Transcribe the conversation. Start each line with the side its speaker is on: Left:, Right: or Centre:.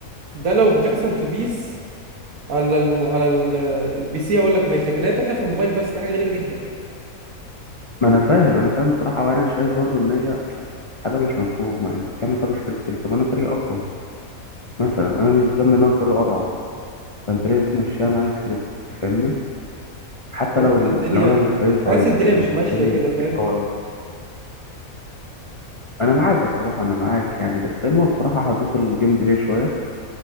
Right: ده لو بتحصل في بيس على الم... على ال... البي سي هقول لك ماشي لكن هي بتحصل في الموبايل بس دي حاجه غريبه جدا
Left: ما انا فاهم انا فاهم بصراحه وانا شايف برضو ان هي حاجه مش مفهومه يعني انت بتعمل طب سكريبت ليه؟ طب انا فريق اقوى مثلا انا مش ذنبي ان هو فريق اضعف فانت ليه بتمشيها معايا سكريبت أنت فاهمني حتى
Right: بحس
Left: لو ال-
Right: الدنيا
Left: لو انا الفريق ضعيف
Right: بحس الدنيا
Left: يعني
Right: مش
Left: واللي
Right: ماشيه
Left: قدامي
Right: كده فاهم
Left: فريق قوي قوي انا معاك بصراحه انا معاك يعني بس اما بصراحه احدثوا الجيم بلاي شويه